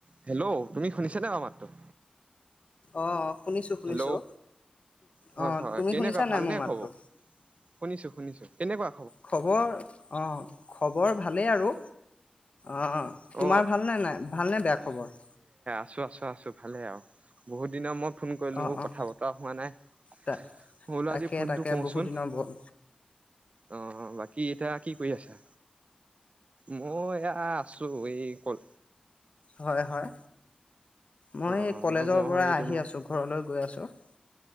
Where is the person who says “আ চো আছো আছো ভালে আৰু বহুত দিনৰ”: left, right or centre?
Right